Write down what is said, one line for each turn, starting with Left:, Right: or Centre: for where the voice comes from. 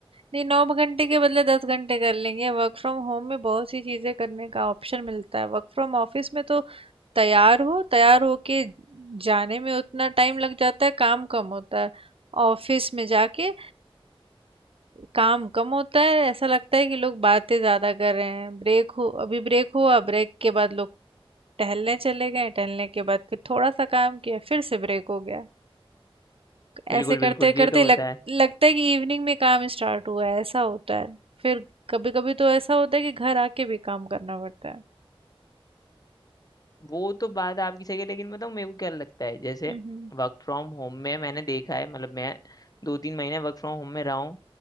Right: नहीं नौ घंटे के बदले दस घंटे कर लेंगे वर्क फ्रॉम होम में बहुत सी चीज़ें करने का ऑप्शन मिलता है वर्क फ्रॉम ऑफिस में तो तैयार हो तैयार होके जाने में उतना टाइम लग जाता है काम कम होता है ऑफिस में जाके काम कम होता है ऐसा लगता है कि लोग बातें ज़्यादा कर रहे हैं ब्रेक हो अभी ब्रेक हुआ ब्रेक के बाद लोग टहलने चले गए टहलने के बाद फिर थोड़ा सा काम किया फिर से ब्रेक हो गया ऐसे
Left: बिल्कुल
Right: करते
Left: बिल्कुल
Right: करते
Left: ये तो
Right: लग
Left: होता है
Right: लगता है कि इवनिंग में काम स्टार्ट हुआ है ऐसा होता है फिर कभी कभी तो ऐसा होता है कि घर आके भी काम करना पड़ता है
Left: वो तो बात आपकी सही है लेकिन बताऊँ मेरे को क्या लगता है जैसे
Right: हम्म
Left: वर्क फ्रॉम होम में मैंने देखा है मतलब मैं दो तीन महीने वर्क फ्रॉम होम में रहा हूँ